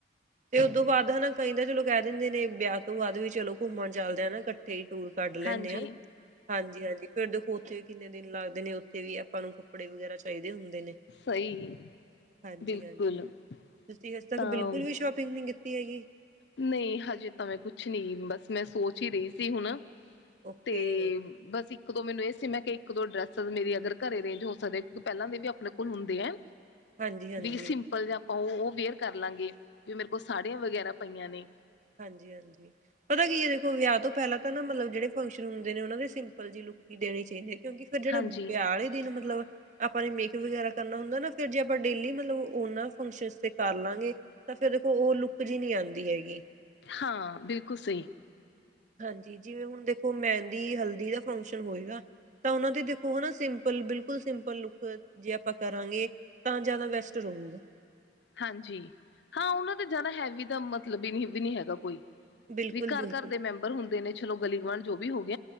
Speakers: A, on the right (about 40°); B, on the left (about 70°).
A: ਤੇ ਉਹਦੋਂ ਬਾਅਦ ਹਨਾ, ਕਈ ਤਾਂ ਚਲੋ ਕਹਿ ਦਿੰਦੇ ਨੇ, ਵਿਆਹ ਤੋਂ ਬਾਅਦ ਵੀ ਚਲੋ ਘੁੰਮਣ ਚੱਲਦੇ ਆ ਨਾ। ਇਕ- ਇਥੇ ਹੀ ਟੂਰ ਕੱਢ ਲੈਂਦੇ
B: ਹਾਂਜੀ
A: ਹਾਂ। ਹਾਂਜੀ- ਹਾਂਜੀ। ਫੇਰ ਦੇਖੋ ਉੱਥੇ ਵੀ ਕਿੰਨੇ ਦਿਨ ਲੱਗਦੇ ਨੇ। ਉੱਥੇ ਵੀ ਆਪਾਂ ਨੂੰ ਕੱਪੜੇ ਵਗੈਰਾ ਚਾਹੀਦੇ ਹੁੰਦੇ ਨੇ।
B: ਸਹੀ।
A: ਹਾਂਜੀ-
B: ਬਿਲਕੁਲ
A: ਹਾਂਜੀ ਤੁਸੀਂ ਅੱਜੇ ਤੱਕ
B: ਤਾਂ
A: ਬਿਲਕੁਲ ਵੀ ਸ਼ੋਪਿੰਗ ਨਹੀਂ ਕੀਤੀ ਹੈਗੀ।
B: ਨਹੀਂ ਹਜੇ ਤਾਵੇਂ ਕੁਛ ਨਹੀਂ ਬਸ ਮੈਂ ਸੋਚ ਹੀ ਰਹੀ ਸੀ, ਹੁਣ।
A: ਓਕੇ
B: ਤੇ ਬਸ ਇੱਕ- ਮੈਨੁ ਏ ਸੀ ਇਕ- ਦੋ ਡਰੈਸਾਂ ਮੇਰੇ ਅਗਰ ਘਰੇ ਅਰੇਂਜ ਹੋ ਸਕਦੇ। ਮੇਰੇ ਪਹਿਲਾਂ ਦੀਆਂ ਵੀ ਆਪਣੇ ਕੋਲ ਹੋਦੀ ਏ।
A: ਹਾਂਜੀ-ਹਾਂਜੀ
B: ਵੀ ਸਿੰਪਲ ਜਾਂ ਪਾਂਉਹ ਉਹ ਵੇਅਰ ਕਰ ਲਾਂਗੇ, ਜੋ ਮੇਰੇ ਕੋਲ ਸਾਰਿਆਂ ਵਗੈਰਾ ਪਈਆਂ ਨੇ।
A: ਹਾਂਜੀ- ਹਾਂਜੀ। ਪਤਾ ਕੀ ਇਹ, ਦੇਖੋ ਵਿਆਹ ਤੋਂ ਪਹਿਲਾਂ ਤਾਂ ਨਾ ਮਤਲਬ ਜਿਹੜੇ ਫੰਗਸ਼ਨ ਹੁੰਦੇ ਨੇ, ਉਹਨਾ ਦੇ ਸਿਪਲ ਲੁੱਕ ਹੀ ਦੇਣੇ ਚਾਹੀਦੀ ਹੈ। ਕਿਉਕਿ ਜਿਹੜਾ
B: ਹਾਂਜੀ
A: ਵਿਆਹ ਵਾਲੇ ਦਿਨ ਮਤਲਬ- ਆਪਾਂ ਨੇ ਮੇਕਅਪ ਵਗੈਰਾ ਕਰਨਾ ਹੁੰਦਾ ਨਾ, ਫੇਰ ਜੇ ਆਪਾਂ ਡੇਲੀ ਮਤਲਬ ਉਹਨਾ ਫੰਗਸ਼ਨ ਤੇ ਕਰ ਲਾਗੇ। ਤਾਂ ਫੇਰ ਦੇਖੋ ਉਹ ਲੁੱਕ ਜਿਹੀ ਨਹੀ ਆਉਦੀ ਹੈਗੀ।
B: ਹਾਂ। ਬਿਲਕੁਲ ਸਹੀ।
A: ਹਾਂਜੀ। ਜਿਵੇਂ ਹੁਣ ਦੇਖੋ ਮਹਿੰਦੀ, ਹਲਦੀ ਦਾ ਫੰਕਸ਼ਨ ਹੋਏਗਾ। ਤਾਂ ਉਹਨਾਂ ਦੇੋ ਉਹ ਨਾ ਸਿੰਪਲ, ਬਿਲਕੁਲ ਸਿੰਪਲ ਲੁੱਕ ਜੇ ਆਪਾਂ ਕਰਾਂਗੇ। ਤਾਂ ਜ਼ਿਆਦਾ ਬੈਸਟ ਰਹੇਗਾ।
B: ਹਾਂਜੀ। ਹਾਂ, ਉਹਨਾਂ ਤੇ ਜਾਦਾ ਹੈਵੀ ਤਾਂ ਮਤਲਬ ਨਹੀਂ ਵੀ ਨਹੀਂ ਹੈਗਾ ਕੋਈ।
A: ਬਿਲਕੁਲ
B: ਵੀ ਘਰ
A: -ਬਿਲਕੁਲ।
B: ਘਰ ਦੇ ਮੈਂਬਰ ਹੁੰਦੇ ਨੇ, ਚਲੋ ਗਲੀ ਗੁਆਂਢ ਜੋ ਵੀ ਹੋ ਗ।